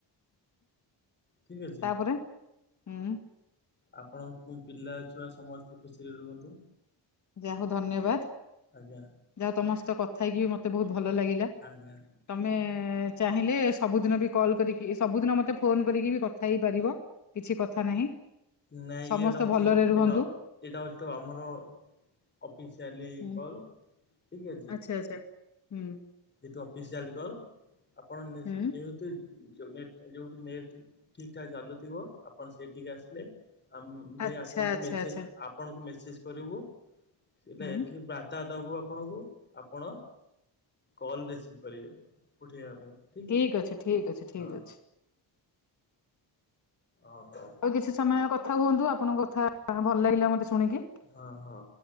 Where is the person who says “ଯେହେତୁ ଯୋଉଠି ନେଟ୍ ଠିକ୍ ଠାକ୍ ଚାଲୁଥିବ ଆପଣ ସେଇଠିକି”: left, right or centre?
Left